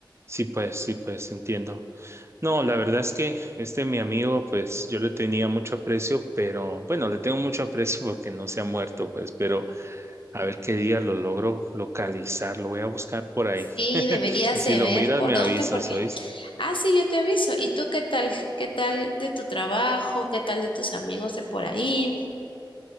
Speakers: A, on the right (about 30°); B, on the left (about 80°).
A: Sí, pues, sí, pues, entiendo. No, la verdad es que este mi amigo, pues yo le tenía mucho aprecio, pero bueno, le tengo mucho aprecio <laughs> porque no se ha muerto, pues, pero a ver qué día lo logro localizar, lo voy a buscar por ahí.
B: Sí,
A: <laughs>
B: deberías
A: Y si
B: de
A: lo
B: ver
A: miras,
B: por
A: me
B: dónde,
A: avisas,
B: porque,
A: ¿oíste?
B: ah, sí, yo te aviso. ¿Y tú qué tal? ¿Qué tal de tu trabajo? ¿Qué tal de tus amigos de por ahí?